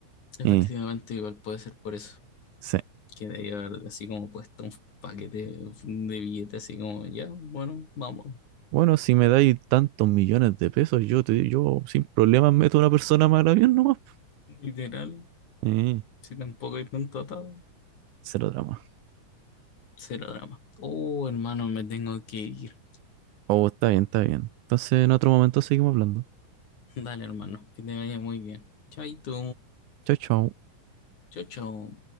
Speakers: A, on the left; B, on the right.
A: Efectivamente,
B: Eh,
A: igual puede ser por eso,
B: sí.
A: que debería haber así como puesto un paquete de billetes así como, ya, bueno, vamos,
B: Bueno, si me dais tantos millones de pesos, yo te, yo sin problemas meto a una persona más al avión nomás.
A: literal,
B: Eh,
A: si tampoco hay tanto atado,
B: cero drama.
A: cero drama. Oh, hermano, me tengo que ir.
B: Oh, está bien, está bien. Entonces, en otro momento seguimos hablando.
A: Dale, hermano, que te vaya muy bien. Chaito,
B: Chao, chao.
A: chao, chao.